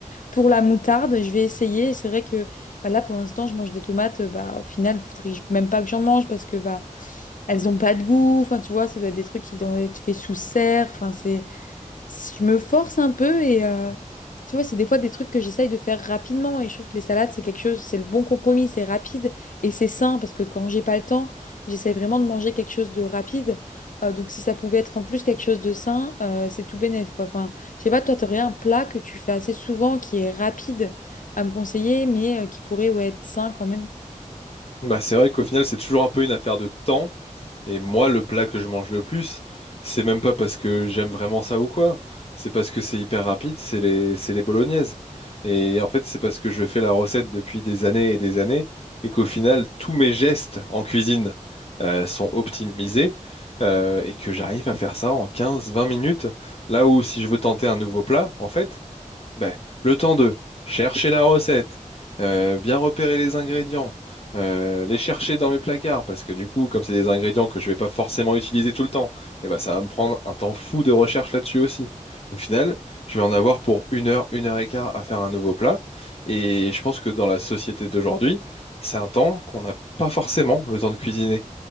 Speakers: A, on the left (about 80°); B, on the left (about 50°).
A: pour la moutarde, je vais essayer. C'est vrai que bah, là, pour l'instant, je mange des tomates. euh, Bah, au final, faudrait que je- même pas que j'en mange parce que bah, elles ont pas de goût. Enfin, tu vois, ça doit être des truits qui doivent être faits sous serre. Enfin, c'est je me force un peu et euh, tu vois, c'est des fois des trucs que j'essaye de faire rapidement et je trouve que les salades, c'est quelque chose, c'est le bon compromis, c'est rapide et c'est sain parce que quand j'ai pas le temps, j'essaie vraiment de manger quelque chose de rapide. Euh, donc si ça pouvait être en plus quelque chose de sain, euh, c'est tout bénef quoi. Enfin, je sais pas, toi, t'aurais un plat que tu fais assez souvent qui est rapide à me conseiller mais euh, qui pourrait ouais, être sain quand même.
B: Bah, c'est vrai qu'au final, c'est toujours un peu une affaire de temps. Et moi, le plat que je mange le plus, c'est même pas parce que j'aime vraiment ça ou quoi. C'est parce que c'est hyper rapide, c'est les, c'est les bolognaises. Et en fait, c'est parce que je fais la recette depuis des années et des années et qu'au final, tous mes gestes en cuisine euh, sont optimisés euh, et que j'arrive à faire ça en quinze vingt minutes. Là où si je veux tenter un nouveau plat, en fait, ben, le temps de chercher la recette, euh, bien repérer les ingrédients, euh, les chercher dans mes placards, parce que du coup, comme c'est des ingrédients que je vais pas forcément utiliser tout le temps, eh ben, ça va me prendre un temps fou de recherche là-dessus aussi. Au final, je vais en avoir pour une heure, une heure et quart à faire un nouveau plat, et je pense que dans la société d'aujourd'hui, c'est un temps qu'on n'a pas forcément le temps de cuisiner.